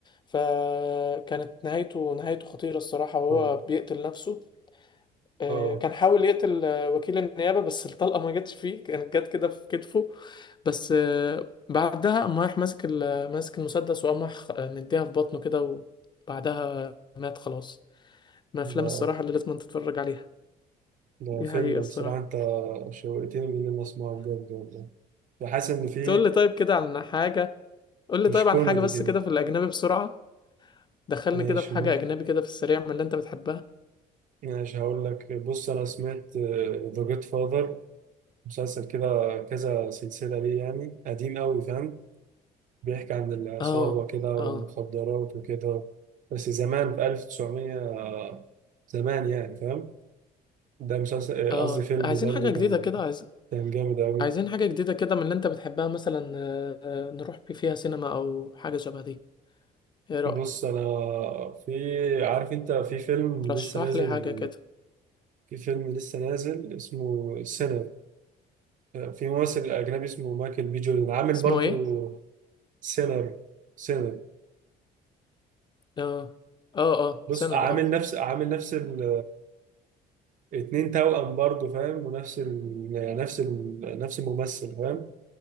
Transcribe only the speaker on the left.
فكانت نهايته نهايته خطيرة الصراحة وهو
بيقتل نفسه آه،
كان حاول يقتل آه، وكيل النيابة بس الطلقة ما جاتش فيه كانت جت كده في كتفه بس آه، بعدها قام رايح ماسك ال- ماسك المسدس وقام رايح آه، مديها في بطنه كده وبعدها مات خلاص من الأفلام
الصراحة اللي لازم تتفرج عليها
دي
حقيقة الصراحة
تقول لي طيب كده عن حاجة قول لي
طيب
عن حاجة بس
كده في الأجنبي بسرعة دخلني
كده في حاجة
أجنبي كده في السريع من اللي أنت بتحبها
اه
اه
اه
عايزين
حاجة جديدة
كده عايز
عايزين حاجة جديدة كده من اللي انت بتحبها مثلا آه، آه، نروح في- فيها سينما او حاجة شبه دي ايه رأيك
رشح
لي حاجة كده
اسمه
ايه
اه اه اه
سنر
اه